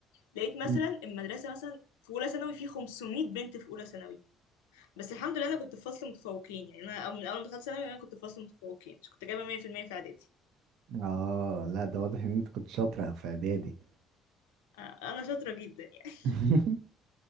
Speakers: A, on the left; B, on the right.
A: لقيت مثلا
B: مم.
A: المدرسة مثلا في أولى ثانوي في 500 بنت في أولى ثانوي بس الحمد لله أنا كنت في فصل متفوقين يعني أنا من أول ما دخلت ثانوي أنا كنت في فصل متفوقين كنت جايبة 100% في المية في إعدادي
B: اه لا ده واضح إن انت كنت شاطرة في إعدادي
A: آه، انا شاطره جدا يعني.
B: <laughs>